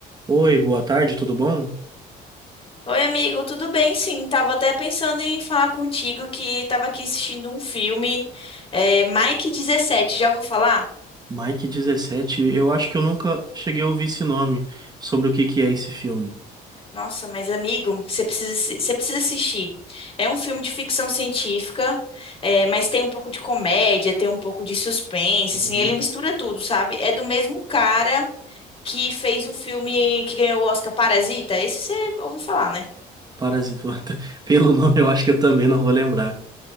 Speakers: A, on the right; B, on the left.
A: Oi, boa tarde, tudo bom?
B: Oi, amigo, tudo bem? Sim, tava até pensando em falar contigo que tava aqui assistindo um filme, é, Mike dezessete. já ouviu falar?
A: Mike 17, eu acho que eu nunca cheguei a ouvir esse nome, sobre o que que é esse filme.
B: Nossa, mas amigo, você precisa, assi- você precisa assistir. É um filme de ficção científica, é, mas tem um pouco de comédia, tem um pouco de suspense,
A: Uhum.
B: assim, ele mistura tudo, sabe? É do mesmo cara que fez o filme que ganhou o Oscar Parasita, esse você ouviu falar, né?
A: Parasita. <laughs> Pelo nome eu acho que eu também não vou lembrar.